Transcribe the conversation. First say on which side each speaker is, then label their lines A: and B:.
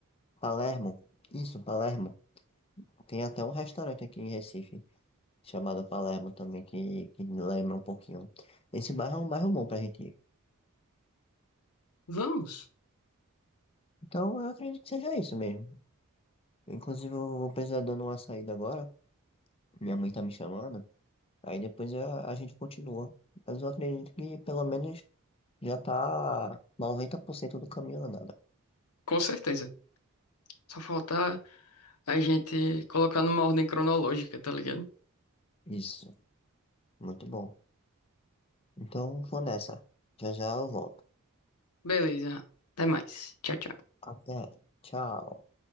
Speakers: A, on the left; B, on the left.
A: Palermo. Isso, Palermo. Tem até um restaurante aqui em Recife, chamado Palermo também, que, que lembra um pouquinho. Esse bairro é um bairro bom pra gente ir.
B: Vamos,
A: Então eu acredito que seja isso mesmo. Inclusive eu vou precisar dando uma saída agora, minha mãe tá me chamando, aí depois a, a gente continua. Mas eu acredito que pelo menos já tá 90% do caminho andado.
B: com certeza. Só falta a gente colocar numa ordem cronológica, tá ligado?
A: Isso, muito bom. Então vou nessa. Já já eu volto.
B: Beleza. Até mais. Tchau, tchau.
A: Até. Tchau.